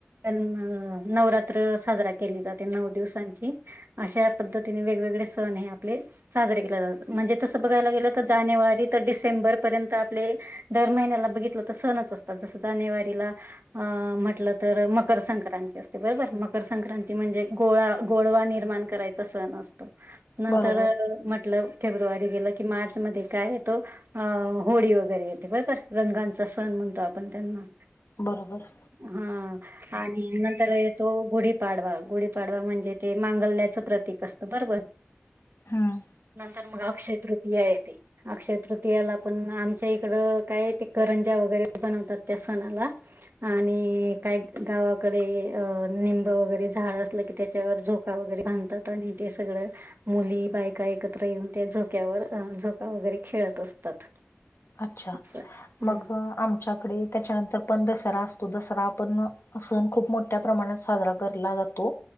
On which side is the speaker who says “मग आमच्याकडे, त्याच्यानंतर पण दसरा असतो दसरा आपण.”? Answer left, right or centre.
Left